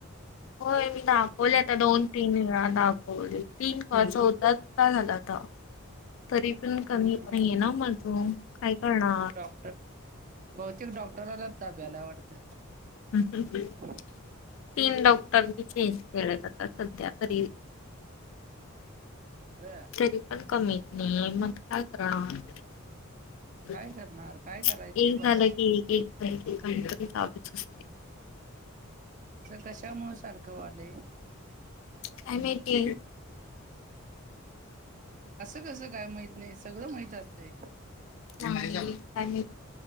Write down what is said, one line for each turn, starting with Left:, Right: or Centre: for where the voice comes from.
Left: होय मी दाखवले आता. दोन तीन वेळा दाखवले. तीन का चौथ्यांदा झाल आता. तरी पण कमी
Right: हा
Left: नाही आहे ना माझं. काय करणार.
Right: डॉक्टर बहुतेक डॉक्टराला ताप भ्यायला वाटतं.
Left: तीन
Right: हम्म
Left: डॉक्टर मी चेंज केले, आता सध्या तरी.
Right: बरं.
Left: तरी पण कमी येत नाहीय, मग काय करणार? एक
Right: काय करणार काय कराय ते बघा
Left: झालं एक, एक झालं एक काही तरी चालूच असते.
Right: ते कशामुळे सारखं व्हालंय?
Left: काय माहिती.
Right: असं कसं काय माहित नाही. सगळं माहित असतंय.
Left: <unintelligible> कसं